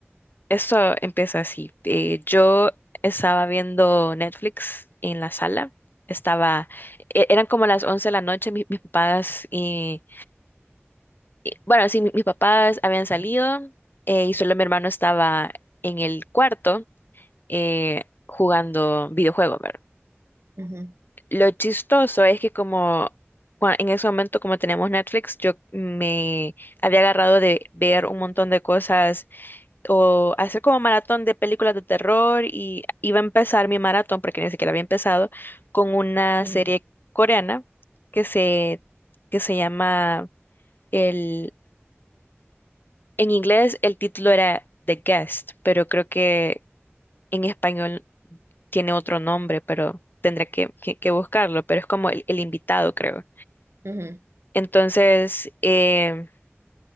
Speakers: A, on the left; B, on the right.
A: Eso empieza así. Eh, yo estaba viendo Netflix en la sala. Estaba, e- eran como las 11 de la noche, mi- mis, papás y, y- bueno, sí, mi- mis papás habían salido eh, y solo mi hermano estaba en el cuarto eh, jugando videojuegos, ¿verdad?
B: Ujú,
A: Lo chistoso es que como cua- en ese momento, como teníamos Netflix, yo me había agarrado de ver un montón de cosas o hacer como maratón de películas de terror y iba a empezar mi maratón, porque ni siquiera había empezado, con una
B: ujú,
A: serie coreana que se, que se llama el, en inglés el título era The Guest, pero creo que en español tiene otro nombre, pero tendré que, que- que buscarlo, pero es como el, el invitado, creo.
B: ujú.
A: Entonces, eh,